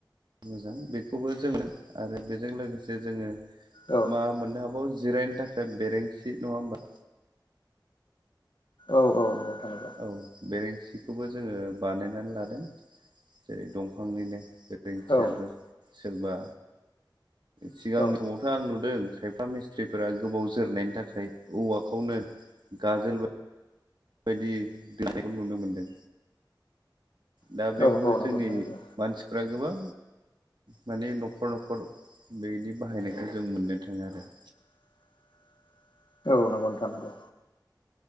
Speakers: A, on the right; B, on the left.
A: मोजां बेखौबो जोङो आरो बेजों लोगोसे जोङो
B: औ
A: मा मोननो हाबावो जिरायनो थाखाय बेरेंसि नङा होमबा?
B: औ औ नंगौ नोंथां नंगौ
A: औ बेरें सिखौबो जोङो बानायनानै लादों जेरै दंफांनिनो। बेरेंनसियाबो
B: औ
A: सोरबा सिगांनि
B: औ
A: समावथ' आं नुदों खायफा मिस्थ्रिफोरा गोबाव जोरनायनि थाखाय औवाखौनो गाजोल बायदि दोनायखौ नुनो मोनदों। दा
B: औ
A: बेयावबो
B: औ नंगौ
A: जोंनि
B: नोंथां नंगौ
A: मानसिफ्रा गोबां माने न'खर न'खर बेनि बाहायनायखौ जों मोननो थाङो आरो।
B: <inaudible> औ नंगौ नोंथां नंगौ।